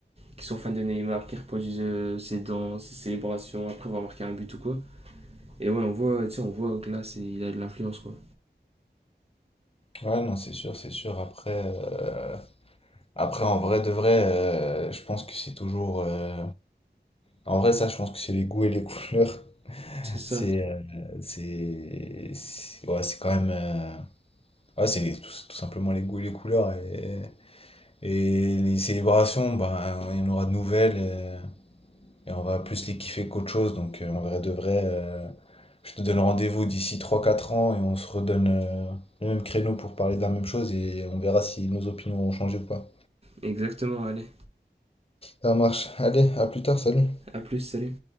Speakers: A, on the right; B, on the left.
A: qui sont fans de Neymar, qui reproduisent euh, ses danses, ses célébrations, après avoir marqué un but ou quoi. Et ouais, on voit, tu sais, on voit que là, c'est- il a de l'influence, quoi.
B: Ouais, non, c'est sûr, c'est sûr. Après, euh, Après, en vrai de vrai, euh, je pense que c'est toujours. euh, En vrai, ça, je pense que c'est les goûts et les <laughs> couleurs.
A: C'est ça,
B: C'est. euh, c'est. c'est- Ouais, c'est quand même. euh, Ouais, c'est tout, tout simplement les goûts et les couleurs. Et, et les célébrations, ben, il y en aura de nouvelles. euh, Et, on va plus les kiffer qu'autre chose. Donc, euh, en vrai de vrai, euh, je te donne rendez-vous d'ici trois quatre ans et on se redonne euh, le même créneau pour parler de la même chose et on verra si nos opinions ont changé ou pas.
A: exactement, allez.
B: Ça marche. Allez, à plus tard, salut.
A: À plus, salut.